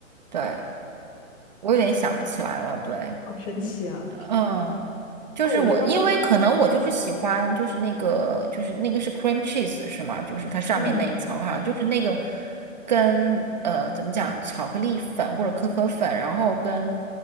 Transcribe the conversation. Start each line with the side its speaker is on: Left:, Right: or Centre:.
Right: 对，我有点想不起来了，对。
Left: 好神奇啊！
Right: 嗯，就是我，
Left: 哦，我觉得好像，
Right: 因为可能我就是喜欢，就是那个，就是那个是 cream cheese 是吗？就是它上面那一层，
Left: 嗯
Right: 哈，就是那个跟呃怎么讲，巧克力粉或者可可粉，然后跟